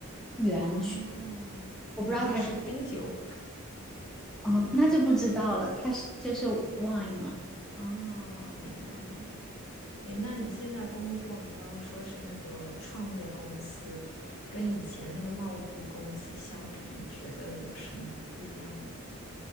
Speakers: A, in the centre; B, on the left.
A: 园，
B: 哦，
A: 我不知道他是，
B: 难道是冰酒？
A: 哦，那就不知道了，他是这是 wine 吗？
B: 啊，明白明白。诶，那你现在工作，你刚刚说是那个创业公司，跟以前那个贸易公司相比，你觉得有什么不一样呢？